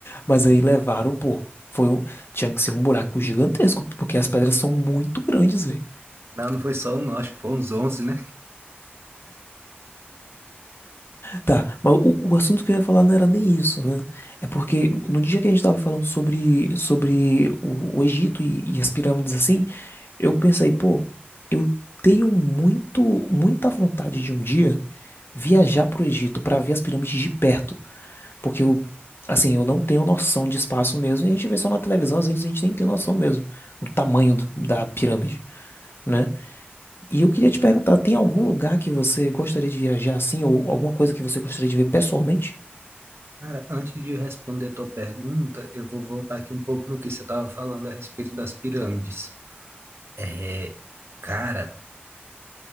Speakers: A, on the left (about 70°); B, on the right (about 85°).
A: mas aí levaram, pô. Foi um, tinha que ser um buraco gigantesco, porque as pedras são muito grandes, velho.
B: Não, não foi só um, não. Acho que foram uns onze, né?
A: Tá, mas o, o assunto que eu ia falar não era nem isso, né? É porque no dia que a gente tava falando sobre, sobre o, o Egito e, e as pirâmides assim, eu pensei, pô, eu tenho muito, muita vontade de um dia viajar pro Egito pra ver as pirâmides de perto. Porque eu, assim, eu não tenho noção de espaço mesmo. E a gente vê só na televisão, às vezes a gente nem tem noção mesmo do tamanho do- da pirâmide, né? E eu queria te
B: Cara,
A: perguntar, tem algum lugar que você gostaria de viajar assim, ou alguma coisa que você gostaria de ver pessoalmente?
B: cara, antes de responder a tua pergunta, eu vou voltar aqui um pouco no que você estava falando a respeito das pirâmides. É, cara,